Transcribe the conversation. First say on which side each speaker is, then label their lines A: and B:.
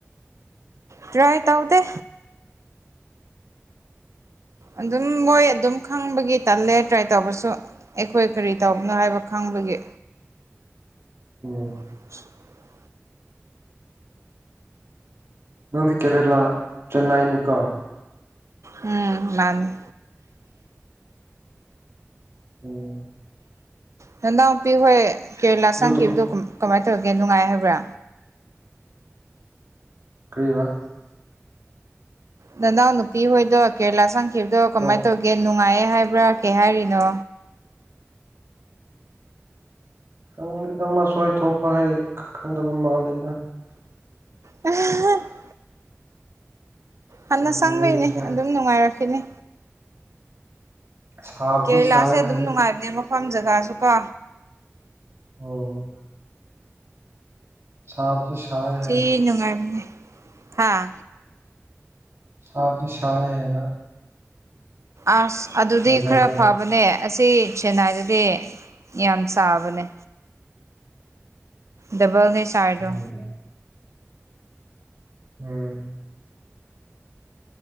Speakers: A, on the right; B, on the right.
A: ꯇꯔꯌ ꯇꯥꯎꯗ ꯑꯗꯨꯝ ꯃꯣꯏ ꯑꯗꯨꯝ ꯈꯪꯕꯒꯤ ꯇꯜꯂꯦ ꯇ꯭ꯔꯥꯏ ꯇꯧꯕꯁꯨ ꯑꯩꯈꯣꯏ ꯀꯔꯤ ꯇꯧꯕꯅꯣ ꯍꯥꯏꯕ ꯈꯪꯕꯒꯤ
B: ꯎꯝ
A: <inaudible>
B: ꯅꯪꯗꯤ ꯀꯦꯔꯂꯥ ꯆꯦꯟꯅꯥꯏꯅꯤꯀꯣ
A: ꯎꯝ ꯃꯥꯅꯤ
B: ꯎꯝ
A: ꯅꯅꯥꯎ ꯅꯨꯨꯄꯤ ꯍꯣꯏ ꯀꯦꯔꯦꯂꯥ
B: ꯑꯗꯨ
A: ꯆꯪꯈꯤꯕꯗꯣ
B: ꯇꯨꯝ
A: ꯀꯃꯥꯏꯅ ꯇꯧꯔꯒꯦ ꯅꯨꯡꯉꯥꯏ ꯍꯥꯏꯕ꯭ꯔꯥ
B: ꯀ꯭ꯔꯤꯕ
A: ꯅꯅꯥꯎ ꯅꯨꯄꯤ ꯍꯣꯏꯗꯣ ꯀꯦꯔꯂꯥ ꯁꯪꯈꯤꯕꯗꯣ ꯀꯃꯥꯏꯅ
B: ꯑꯣ
A: ꯇꯧꯒꯦ ꯅꯦꯠ ꯅꯨꯡꯉꯥꯏꯑꯦ ꯍꯥꯏꯕ꯭ꯔꯥ ꯀꯩ ꯍꯥꯏꯔꯤꯅꯣ
B: ꯈꯪꯗꯦꯗ ꯃꯁꯨ ꯃꯥꯢ ꯊꯣꯛꯄ ꯍꯥꯢ ꯈꯪꯗꯕ ꯃꯥꯂꯦꯗ
A: ꯑ <inaudible> ꯍꯟꯅ ꯆꯪꯕꯩꯅꯤ
B: ꯉꯥꯏꯁ
A: ꯑꯗꯨꯝ ꯅꯨꯡꯉꯥꯏꯔꯛꯈꯤꯅꯤ
B: ꯁꯥꯕꯗꯤ
A: ꯀꯦꯔꯦꯂꯥꯁꯦ
B: ꯁꯥꯏ
A: ꯑꯗꯨꯝ
B: ꯍꯥꯏ
A: ꯅꯨꯡꯉꯥꯏꯕꯅꯦ ꯃꯐꯝ ꯖꯒꯥꯁꯨ ꯀꯣ
B: ꯑꯝ ꯁꯥꯕꯗꯤ ꯁꯥꯢ
A: ꯊꯤꯅ ꯅꯨꯡꯉꯥꯏꯕꯅꯦ ꯍꯥꯥ
B: ꯁꯥꯕꯗꯤ ꯁꯥꯢ ꯍꯥꯏꯕ
A: ꯑꯁ ꯑꯗꯨꯗꯤ
B: ꯋꯦꯗꯔꯗꯣ
A: ꯈꯔ ꯐꯕ ꯐꯕꯅꯦ ꯑꯁꯤ ꯆꯦꯟꯅꯥꯏꯗꯗꯤ ꯌꯥꯝ ꯁꯥꯕꯅꯦ ꯗꯕꯥꯜ ꯅꯦ ꯁꯥꯏꯗꯣ
B: ꯎꯝ ꯎꯝ